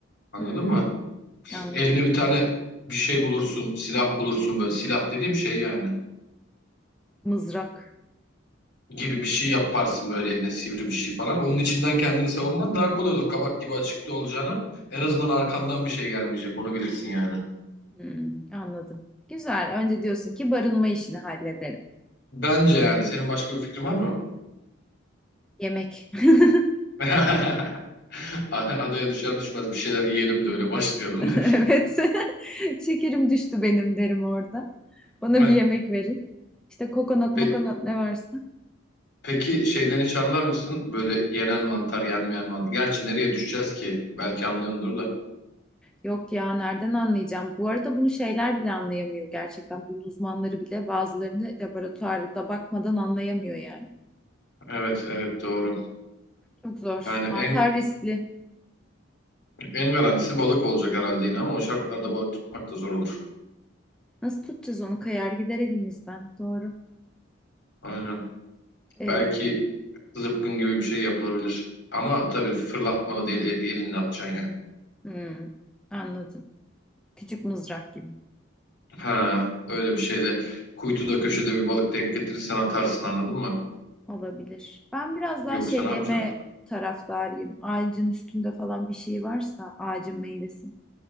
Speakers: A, on the left; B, in the centre.
A: Anladın
B: Hmm.
A: mı?
B: Anladım.
A: Eline bir tane bir şey bulursun, silah bulursun böyle. Silah dediğim şey yani.
B: Mızrak.
A: gibi bir şey yaparsın böyle eline sivri bir şey falan. Onun içinden kendini savunman daha kolay olur. Kabak gibi açıkta olacağına en azından arkandan bir şey gelmeyecek onu bilirsin yani.
B: Hmm, anladım. Güzel. Önce diyorsun ki barınma işini hallederim.
A: Bence yani senin başka bir fikrin var mı?
B: Yemek. <laughs>
A: <laughs> Adaya düşer düşmez bir şeyler yiyelim de öyle başlayalım.
B: Evet. <laughs> Şekerim düştü benim derim orada. Bana
A: <laughs>
B: bir yemek verin. İşte kokonat
A: Pe-
B: mokonat ne varsa.
A: Peki şeyden hiç anlar mısın? Böyle yenen mantar, yenmeyen mantar. Gerçi nereye düşeceğiz ki? Belki anlıyordur da.
B: Yok ya nereden anlayacağım? Bu arada bunu şeyler bile anlayamıyor gerçekten. Bunun uzmanları bile bazılarını laboratuvarda bakmadan anlayamıyor yani.
A: Evet, evet doğru.
B: Çok zor.
A: Yani
B: Mantar
A: en
B: riskli.
A: en garantisi balık olacak herhalde yine ama o şartlarda balık tutmak da zor olur.
B: Nasıl tutacağız onu? Kayar gider elimizden. Doğru.
A: Aynen.
B: Ee,
A: Belki zıpkın gibi bir şey yapılabilir. Ama tabii fırlatmalı değil, el, elinle atacaksın yani.
B: hmm, anladım. Küçük mızrak gibi.
A: Ha, öyle bir şeyle kuytuda köşede bir balık denk getirirsen atarsın anladın mı?
B: Olabilir. Ben biraz daha
A: Yoksa
B: şey
A: ne
B: yeme
A: yapacaksın?
B: taraftarıyım. Ağacın üstünde falan bir şey varsa ağacın meyvesi.